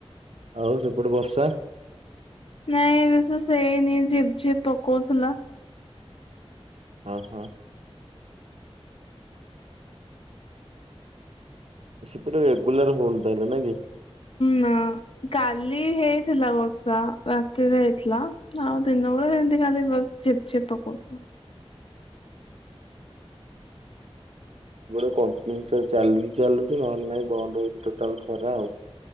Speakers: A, on the right (about 75°); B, on the left (about 60°).
A: ଆଉ ସେପଟେ ବର୍ଷା।
B: ନାଇଁ ବିଶେଷ ହେଇନି ଝିପ୍ ଝିପ୍ ପକୋଉଥିଲା।
A: ଅ ହଁ। ସେ ସେପଟ ରେଗୁଲାର ହଉନି ତାଲେ ନାଇଁ କି।
B: ନା କାଲି ହେଇଥିଲା ବର୍ଷା ରାତିରେ ହେଇଥିଲା ଆଉ ଦିନ ବେଳେ ସେମତି ଖାଲି ବସ ଝିପ ଝିପ ପକୋଉ ଥିଲା।
A: ଗୋଟେ କଣ୍ଟିନ୍ୟୁ ଚାଲିଚି ଚାଲୁଛି ନହେଲେ ନାହିଁ ବନ୍ଦ ହଉଛି ଟୋଟାଲ ଖରା ଆଉ।